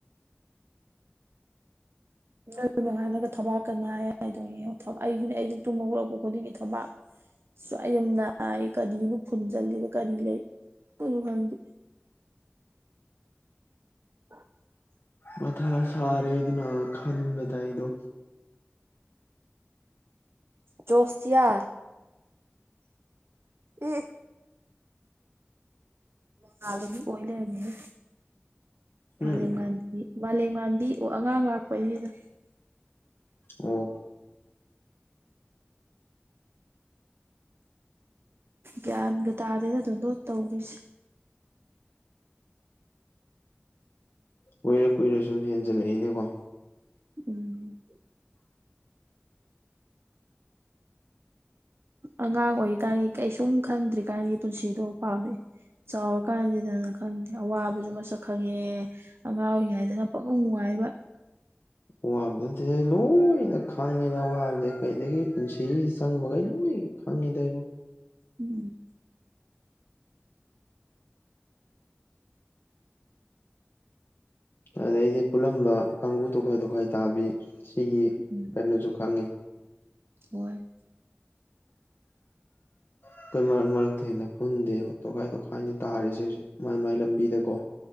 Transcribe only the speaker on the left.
ꯃꯊꯥ ꯁꯥꯔꯦ ꯑꯗꯨꯅ ꯈꯟꯕꯗ ꯑꯩꯗꯣ
ꯎꯝ
ꯑꯣ
ꯀꯨꯏꯔ ꯀꯨꯏꯔ ꯁꯨꯝ ꯍꯦꯟꯖꯜꯂꯛꯏꯅꯦꯀꯣ
ꯋꯥꯕꯗ ꯅꯠꯇꯦꯍꯦ ꯂꯣꯏꯅ ꯈꯪꯉꯦꯗ ꯑꯋꯥꯕꯗꯤ ꯀꯩꯗꯒꯤ ꯄꯨꯟꯁꯤꯁꯤ ꯆꯪꯕꯈꯩ ꯂꯣꯏ ꯈꯪꯃꯤꯗ ꯑꯩꯕꯨ
ꯑꯗꯩꯗꯤ ꯄꯨꯜꯂꯝꯕ ꯀꯥꯡꯒꯨ ꯇꯣꯈꯥꯏ ꯇꯣꯈꯥꯏ ꯇꯥꯕꯤ ꯁꯤꯒꯤ
ꯀꯩꯅꯣꯁꯨ ꯈꯪꯉꯦ
ꯑꯩꯈꯣꯏ ꯃꯔꯛ ꯃꯔꯛꯇꯩ ꯍꯦꯟꯅ ꯄꯨꯟꯗꯦꯕ ꯇꯣꯈꯥꯏ ꯇꯣꯈꯥꯏꯅꯤ ꯇꯥꯔꯤꯁꯦ ꯃꯥꯏ ꯃꯥꯏ ꯂꯝꯕꯤꯗ ꯀꯣ